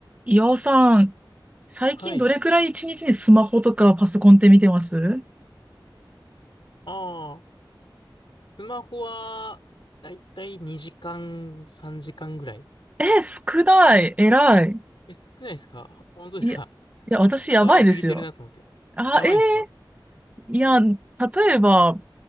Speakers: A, on the right; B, on the left.
A: 岩尾さん、最近どれくらい一日にスマホとかパソコンって見てます
B: はい。ああ、スマホは、だいたい2時間、3時間ぐらい。
A: え、少ない。偉い。
B: え、少ないですか本当ですか
A: いや、いや、
B: <laughs>
A: 私やばいですよ。
B: 触りすぎてるなと思って。
A: あ、
B: やばいんですか
A: えーいや、例えば、